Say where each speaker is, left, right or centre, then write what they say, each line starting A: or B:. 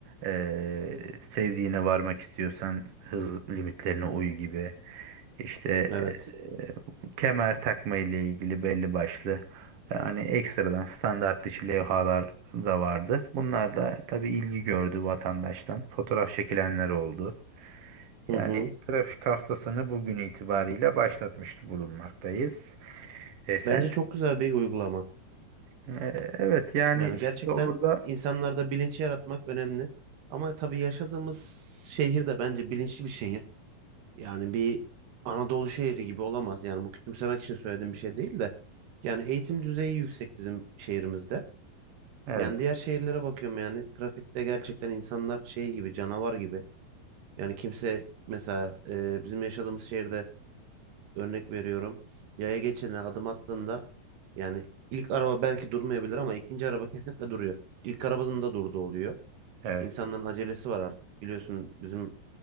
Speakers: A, on the right (about 50°); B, on the right (about 85°).
A: eee sevdiğine varmak istiyorsan hız limitlerine uy gibi işte
B: Evet.
A: eee, kemer takma ile ilgili belli başlı yani ekstradan standart dışı levhalar da vardı. Bunlar da tabii ilgi gördü vatandaştan. Fotoğraf çekilenler oldu. Yani
B: Hı hı.
A: trafik haftasını bugün itibariyle başlatmış bulunmaktayız. E, sen
B: Bence çok güzel bir uygulama.
A: ee, Evet yani
B: Yani gerçekten
A: şimdi orada
B: insanlarda bilinç yaratmak önemli. Ama tabii yaşadığımız şehir de bence bilinçli bir şehir. Yani bir Anadolu şehri gibi olamaz. Yani bu küçümsemek için söylediğim bir şey değil de. Yani eğitim düzeyi yüksek bizim şehrimizde.
A: evet
B: Yani diğer şehirlere bakıyorum yani trafikte gerçekten insanlar şey gibi canavar gibi. Yani kimse mesela e, bizim yaşadığımız şehirde örnek veriyorum. Yaya geçidine adım attığında yani ilk araba belki durmayabilir ama ikinci araba kesinlikle duruyor. İlk arabanın da durduğu oluyor.
A: evet
B: İnsanların acelesi var artık. Biliyorsun bizim